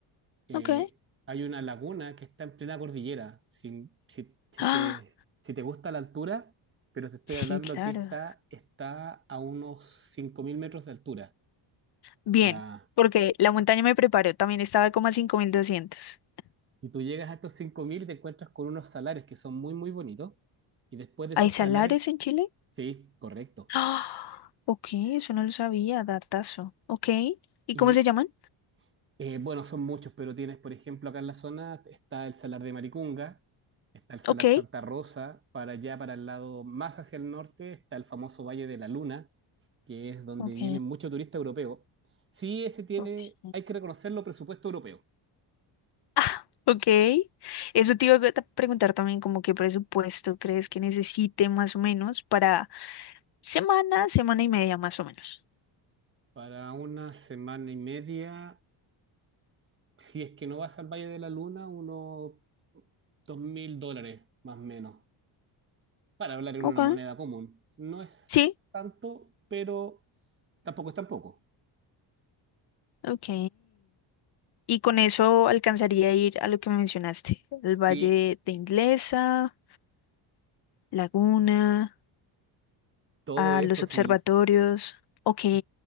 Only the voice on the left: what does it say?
ok.
Ah,
sí,
claro.
Bien,
porque la montaña me preparó, también estaba como a cinco mil doscientos
¿Hay
salares
en Chile?
<gasps> Ah, ok, eso no lo sabía, datazo. Ok, ¿y
cómo se llaman?
Ok,
ok,
ok.
Ah, <laughs> ok. Eso te iba a ta- preguntar también, como qué presupuesto crees que necesite más o menos para semana, semana y media más o menos.
Ok.
Sí,
ok. Y con eso alcanzaría a ir a lo que me mencionaste, el Valle
de Inglesa, Laguna,
a
los observatorios.
Ok.